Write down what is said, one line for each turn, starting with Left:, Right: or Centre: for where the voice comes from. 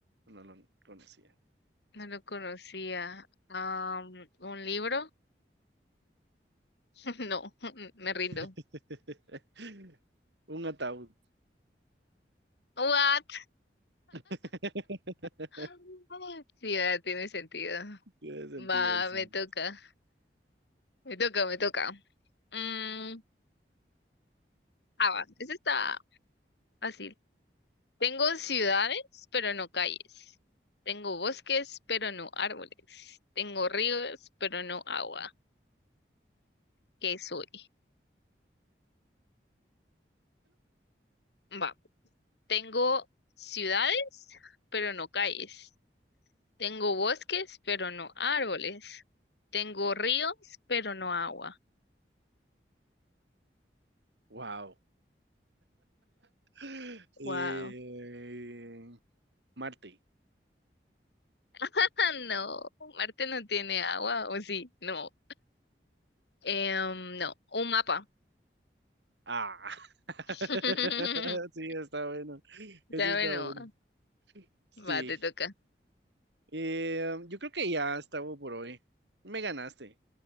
Right: no lo conocía.
Left: no lo conocía. Am, ¿un libro? <laughs> No, <laughs> me rindo.
Right: <laughs> Un ataúd.
Left: What?
Right: <laughs>
Left: <gasps> <laughs> Sí, ah, tiene sentido.
Right: Tiene sentido,
Left: Va,
Right: sí.
Left: me toca, me toca, me toca. Mm, ah, va, eso está fácil. Tengo ciudades, pero no calles. Tengo bosques, pero no árboles. Tengo ríos, pero no agua. ¿Qué soy? Va, tengo ciudades, pero no calles. Tengo bosques, pero no árboles. Tengo ríos, pero no agua.
Right: Wow. <laughs> Eh,
Left: Wow.
Right: Marte.
Left: <laughs> No, Marte no tiene agua, ¿o sí? No. Em, no, un mapa.
Right: Ah, <laughs>
Left: <laughs>
Right: sí, está bueno. Eso
Left: ¿Sabe?
Right: está
Left: No.
Right: bueno. Sí.
Left: Va, te toca.
Right: Eh, yo creo que ya estaba por hoy. Me ganaste.